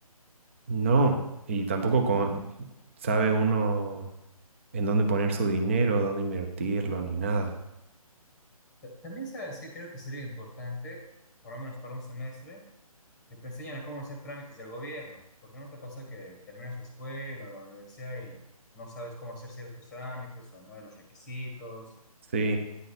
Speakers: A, on the right (about 20°); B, in the centre.
A: no, y tampoco con- sabe uno en dónde poner su dinero, dónde invertirlo, ni nada.
B: Ta- También sabes que creo que sería importante, por lo menos para un semestre. que te enseñan a cómo hacer trámites del gobierno. Porque no te pasa que terminas la escuela o la universidad y no sabes cómo hacer ciertos trámites o no de los requisitos?
A: Sí,